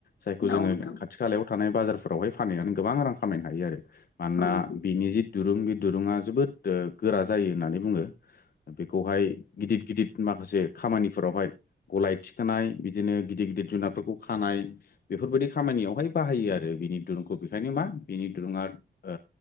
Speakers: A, on the left; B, on the left.
A: जायखौ जोङो
B: औ नोंथां
A: खाथि खालायाव थानाय बाजारफोरावहाय फानैनानै गोबां रां खामायनो हायो आरो। मानोना
B: औ नोंथां
A: बिनि जि दुरुं बे दुरुंङा जोबोद गोरा जायो होननानै बुङो। बेखौहाय गिदिद गिदिद माखासे खामानिफोरावहाय गलाय थिखोनाय बिदिनो गिदिद गिदिद जुनादफोरखौ खानाय बेफोरबायदि खामा नियावहाय बाहायो आरो बिनि दुरुंखौ बेनिखायनो मा बिनि दुरुंङा ओ